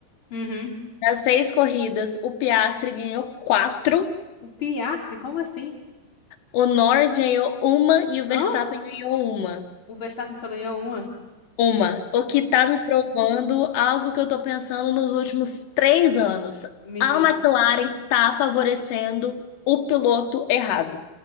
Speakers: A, on the left; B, on the left.
A: Uhum.
B: Das seis corridas, o Piastri ganhou quatro,
A: O Piastri, como assim?
B: o Norris ganhou uma e o Verstappen
A: Hã?
B: ganhou uma.
A: O Verstappen só ganhou uma?
B: Uma. O que tá me provando algo que eu tô pensando nos últimos três anos.
A: Me
B: A
A: diz.
B: McLaren tá favorecendo o piloto errado.